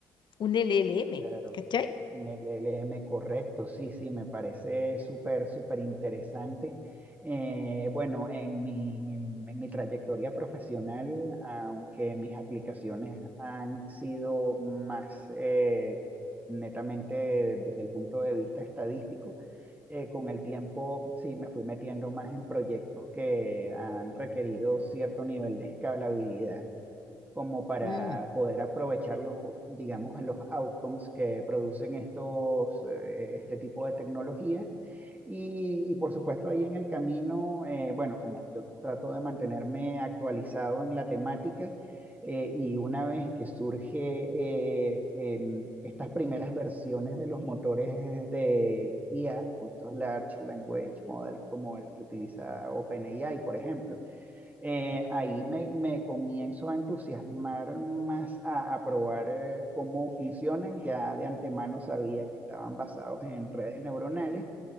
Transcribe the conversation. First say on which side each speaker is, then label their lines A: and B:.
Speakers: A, on the left (about 50°); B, on the right (about 15°).
A: un LLM,
B: Claro,
A: ¿cachai?
B: un LLM correcto, sí, sí, me parece súper, súper interesante. Eh, bueno, en mi, en mi trayectoria profesional, aunque mis aplicaciones han sido más eh, netamente desde el punto de vista estadístico, eh, con el tiempo sí me fui metiendo más en proyectos que han requerido cierto nivel de escalabilidad como para
A: Mm,
B: poder aprovechar los, digamos, los outcomes que producen estos, eh, este tipo de tecnologías. Y, y por supuesto ahí en el camino, eh, bueno, como yo trato de mantenerme actualizado en la temática, eh, y una vez que surge eh, em, estas primeras versiones de los motores de IA, con estos Large Language Model como el que utiliza OpenAI, por ejemplo, eh,
A: claro.
B: ahí me, me comienzo a entusiasmar más a, a probar eh, cómo funcionan. Ya de antemano sabía que estaban basados en redes neuronales.